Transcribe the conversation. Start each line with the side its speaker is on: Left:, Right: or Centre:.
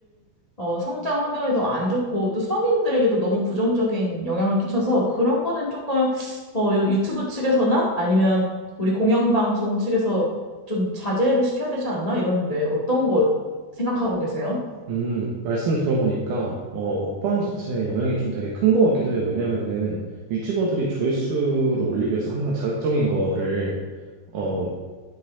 Left: 어, 성장 환경에도 안 좋고 또 성인들에게도 너무 부정적인 영향을 끼쳐서 그런 거는 조금 어, 요- 유튜브 측에서나 아니면 우리 공영방송 측에서 좀 자제를 시켜야 되지 않나 이런데 어떤 거 생각하고 계세요?
Right: 음, 말씀 들어보니까, 어, 먹방 자체에 영향이 좀 되게 큰 것 같기도 해요. 왜냐면은, 유튜버들이 조회수를 올리기 위해서 항상 자극적인 거를, 어,